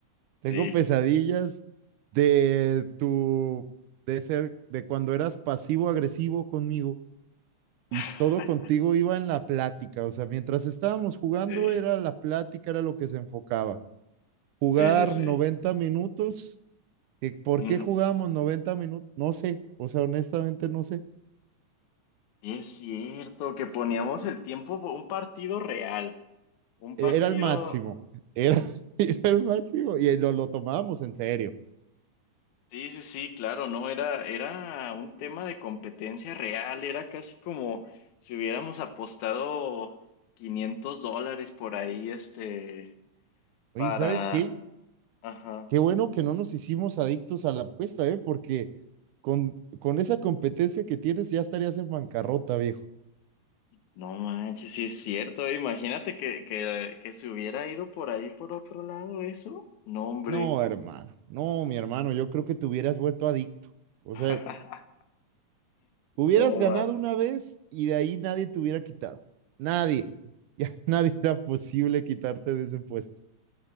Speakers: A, on the right; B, on the left.
A: Tengo
B: sí.
A: pesadillas de tu, de ser, de cuando eras pasivo-agresivo conmigo y
B: <laughs>
A: todo contigo iba en la plática. O sea, mientras estábamos jugando
B: Sí,
A: era la plática, era lo que se enfocaba. Jugar
B: sí, sí,
A: noventa minutos que ¿Por
B: sí.
A: qué jugamos 90 minutos? No sé, o sea, honestamente no sé.
B: Es cierto que poníamos el tiempo por un partido real, un
A: E,
B: partido,
A: Era el máximo, era, <laughs> era el máximo y eh, lo, lo tomábamos en serio.
B: sí, sí, sí, claro, no, era, era un tema de competencia real, era casi como si hubiéramos apostado 500 dólares por ahí, este, para,
A: Oye, ¿sabes qué?
B: ajá,
A: Qué bueno que no nos hicimos adictos a la apuesta, ¿eh? Porque con, con esa competencia que tienes ya estarías en bancarrota, viejo.
B: no manches, sí es cierto, eh, imagínate que, que, que se hubiera ido por ahí por otro lado eso, no, hombre,
A: No, hermano, no, mi hermano, yo creo que te hubieras vuelto adicto. O
B: <laughs>
A: sea, hubieras
B: no
A: ganado
B: manches.
A: una vez y de ahí nadie te hubiera quitado. Nadie, <laughs> ya nadie era posible quitarte de ese puesto.